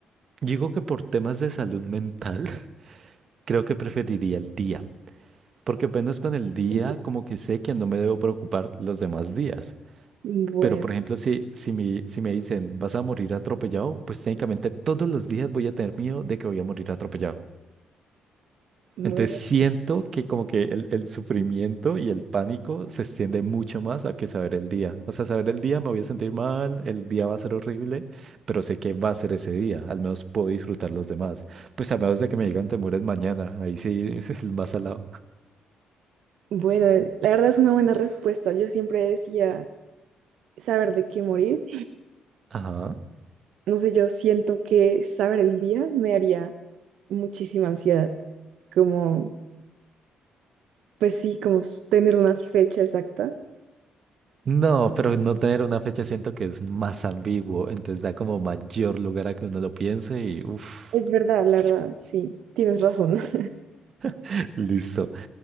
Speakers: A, on the right (about 50°); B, on the right (about 75°).
A: yo digo que por temas de salud mental, <laughs> creo que preferiría el día. Porque apenas con el día,
B: Ujú.
A: como que sé que no me debo preocupar los demás días.
B: Bueno,
A: Pero, por ejemplo, si, si, mi- si me dicen vas a morir atropellado, pues técnicamente todos los días voy a tener miedo de que voy a morir atropellado.
B: Bueno,
A: Entonces siento que como que el, el sufrimiento y el pánico se extiende mucho más a que saber el día. O sea, saber el día me voy a sentir mal, el día va a ser horrible, pero sé que va a ser ese día. Al menos puedo disfrutar los demás. Pues a menos de que me digan te mueres mañana. Ahí sí <laughs> es el más salado.
B: bueno, la verdad es una buena respuesta. Yo siempre decía saber de qué morir.
A: Ajá.
B: No sé, yo siento que saber el día me haría muchísima ansiedad, como, pues sí, como s- tener una fecha exacta.
A: No, pero no tener una fecha siento que es más ambiguo, entonces da como mayor lugar a que uno lo piense y uff,
B: Es verdad, la verdad, sí, tienes razón. <laughs>
A: <laughs> listo.